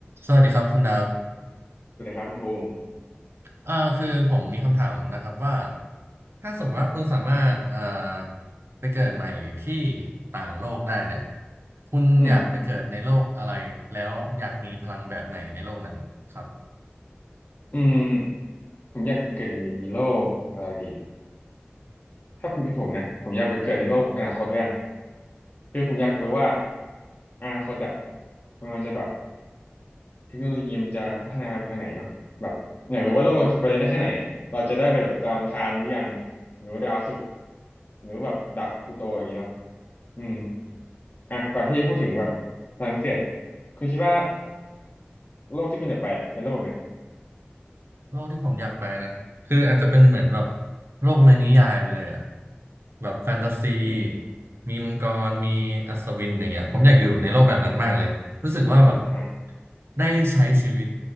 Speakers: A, on the right (about 70°); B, on the left (about 45°).
A: สวัสดีครับคุณดาบ
B: สวัสดีครับคุณภูมิ
A: เอ่อคือผมมีคำถามนะครับว่า ถ้าสมมติว่าคุณสามารถเอ่อไปเกิดใหม่ที่ต่างโลกได้เนี่ยคุณอยากไปเกิดในโลกอะไรแล้วอยากมีพลังแบบไหนในโลกนั้นครับ
B: อืมอืมผมอยากไปเกิดในโลกอะไรดีถ้าผมเป็นพี่ผมนะผมอยากไปเกิดในโลกอนาคตเรื่องคือผมอยากรู้ว่าอนาคตอะมันจะแบบเทคโนโลยีมันจะพัฒนาไปทางไหนเนาะแบบอยากรู้ว่าโลกเราจะไปได้แค่ไหนอะเราจะได้ไปแบบดาวอังคารหรือยังหรือว่าดาวศุกร์หรือว่าแบบดาวพลูโตอย่างนี้เนาะอืมอ่ะก่อนที่จะพูดถึงแบบพลังพิเศษคุณคิดว่าโลกที่คุณอยากไปอะเป็นโลกแบบไหน
A: โลกที่ผมอยากไปนะคืออาจจะเป็นเหมือนแบบโลกในนิยายไปเลยอะแบบแฟนตาซี
B: อืม
A: มีมังกรมีอัศวินอย่างเงี้ยผมอยากอยู่ในโลกแบบนั้นมากเลยรู้สึกว่าแบบ
B: อ่า
A: ได้ใช้ชีวิต